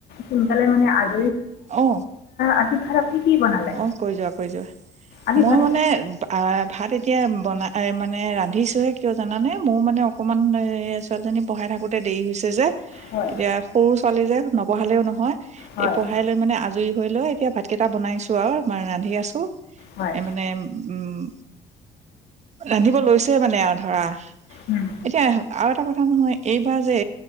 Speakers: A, on the left; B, on the right.
A: সোনকালে আজৰি হৈ লও।
B: অ
A: আজি ভাত আপুনি কি বনালে
B: অ কৈ যোৱা কৈ যোৱা
A: আজি
B: মই
A: ভাত
B: মানে ভাত এতিয়া বনা মানে ৰান্ধিছোঁহে কিয় জানানে মোৰো মানে অকণমান ছোৱালীজনী পঢ়াই থাকোঁতে দেৰি হৈছে যে
A: হয়
B: এতিয়া সৰু ছোৱালী যে নপঢ়ালেও নহয়।
A: হয়
B: এই পঢ়াই লৈ মানে আজৰি হৈ লয় এতিয়া ভাতকেইটা বনাইছো। চোৱা <unintelligible> মই ৰান্ধি আছোঁ,
A: হয়
B: এ মানে উম। ৰান্ধিব লৈছে মানে আৰু ধৰা।
A: উম,
B: এতিয়া আৰু এটা কথা। নহয় এইবাৰ যে,